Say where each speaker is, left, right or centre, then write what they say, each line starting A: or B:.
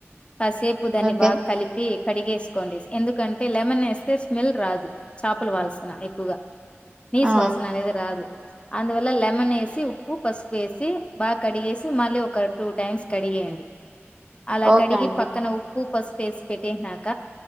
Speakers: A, on the left; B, on the right.
A: కాసేపు దాన్ని
B: ఓకే
A: బాగా కలిపి కడిగేసుకోండి ఎందుకంటే లెమన్ వేస్తే స్మెల్ రాదు చేపలు వాల్సన ఎక్కువగా నిస్వాసన
B: ఆ
A: అనేది రాదు అందువల్ల లెమన్ ఏసీ ఉప్పు పసుపు వేసి బాగా కడిగేసి మళ్ళీ ఒక టూ టైమ్స్ కడిగేయండి అలా
B: ఓకే
A: కడిగి
B: అండి
A: పక్కన ఉ ఉప్పు పసుపేసి పెట్టేసినక